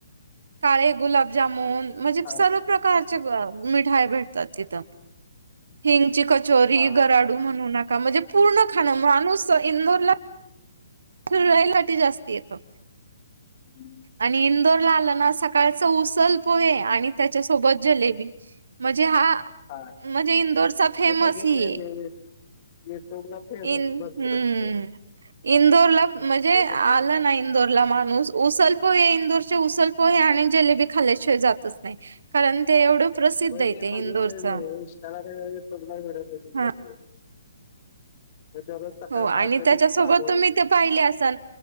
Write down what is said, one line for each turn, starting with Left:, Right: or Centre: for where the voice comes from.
Right: काळे गुलाबजामून.... म्हनजे प्
Left: हा
Right: सर्व प्रकारच्या अ मिठाया भेटतात तिथं. हिंगची कचोरी,
Left: हा.
Right: गराडू म्हनू नका, म्हजे पूर्ण खाणं. माणूस अ इंदोरला फिर्राईलाटी जास्ती येतो.
Left: हम्.
Right: आणि इंदोर ला आलं ना सकाळचं उसल पोहे, आणि त्याच्यासोबत जलेबी. म्हजे हा,
Left: हा
Right: म्हजे इंदोरचा फेमस
Left: ते बघितलंय
Right: हिये.
Left: मी युट्यूबला फेमस
Right: इन
Left: भरपूर
Right: हम्म्
Left: आहे ते.
Right: इंदोर ला, म्हणजे
Left: बघितलंय
Right: आलं ना इंदोर. ला माणूस उसल पोहे, इंदोरचे उसल पोहे, आणि जलेबी खाल्ल्याशिवाय जातच नाही. कारण ते एवढं प्रसिद्ध
Left: होय
Right: आहे
Left: ते बघितलेत
Right: इंदोरचं
Left: मी इंस्टाला <unintelligible> व्हिडिओ बघितलेत
Right: हा
Left: ते. ते दररोज सकाळ
Right: हो आणि
Left: पहाटे
Right: त्याच्यासोबत
Left: ते चालू होते
Right: तुम्ही ते पाहिले असलं.